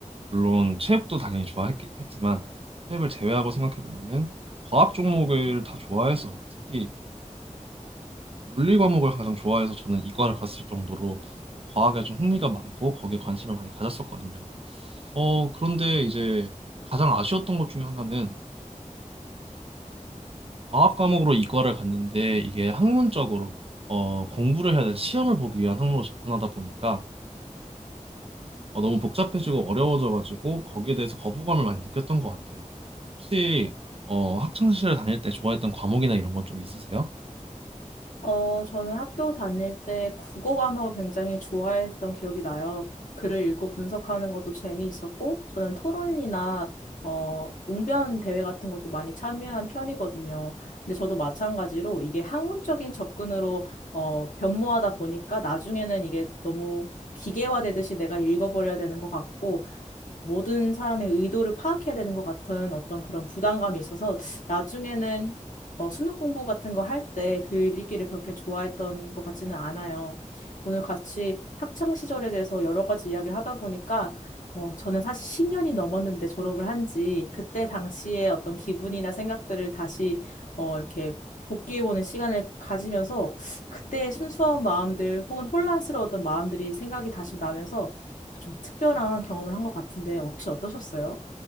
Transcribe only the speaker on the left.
어, 저는 학교 다닐 때 국어 과목을 굉장히 좋아했던 기억이 나요. 글을 읽고 분석하는 것도 재미있었고, 저는 토론이나 어, 웅변 대회 같은 것도 많이 참여한 편이거든요. 근데 저도 마찬가지로 이게 학문적인 접근으로 어, 변모하다 보니까 나중에는 이게 너무 기계화되듯이 내가 읽어버려야 되는 것 같고, 모든 사람의 의도를 파악해야 되는 것 같은 어떤 그런 부담감이 있어서 나중에는 어, 수능 공부 같은 거 할 때 글 읽기를 그렇게 좋아했던 것 같지는 않아요. 오늘 같이 학창 시절에 대해서 여러 가지 이야기를 하다 보니까 어, 저는 사실 10년이 넘었는데 졸업을 한지 그때 당시의 어떤 기분이나 생각들을 다시 어, 이렇게 복귀해보는 시간을 가지면서 그때의 순수한 마음들 혹은 혼란스러웠던 마음들이 생각이 다시 나면서 좀 특별한 경험을 한 것 같은데 혹시 어떠셨어요?